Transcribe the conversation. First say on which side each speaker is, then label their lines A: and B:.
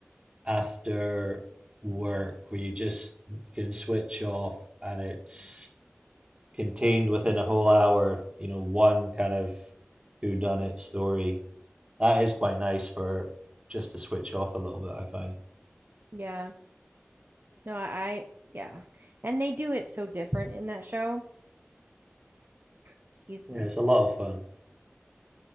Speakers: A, on the right; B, on the right.
A: after work where you just can switch off and it's contained within a whole hour, you know, one kind of whodunit story. That is quite nice for just to switch off a little bit, I find.
B: Yeah. No, I, yeah. And they do it so different in that show. Excuse me.
A: Yeah, it's a lot of fun.